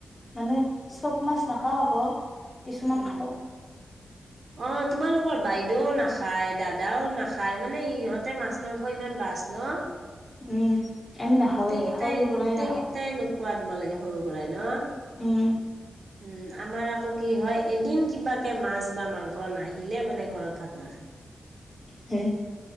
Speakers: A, on the left (about 40°); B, on the right (about 65°).
A: মানে চব মাছ নাখাওঁ অক। কিছুমান
B: উম
A: খাওঁ।
B: অ তোমালোকৰ বাইদেউও নাখায় দাদাও নাখায় মানে ইহঁতে মাছ মাংস ইমান বাছ ন। <unintelligible>
A: উম। আমি নাখাওঁৱে
B: গোটেই কেইটাই
A: সৰুৰ পৰাই
B: গোটেই
A: নাখাওঁ
B: কেইটাই নোখোৱা তোমাৰ লাগে সৰু। বনাই ন।
A: উম।
B: উম আমাৰ আকৌ কি হয় এদিন কিবাকে মাছ। বা মাংস নাহিলে মানে। ঘৰত ভাত নাখায়।
A: হে হে।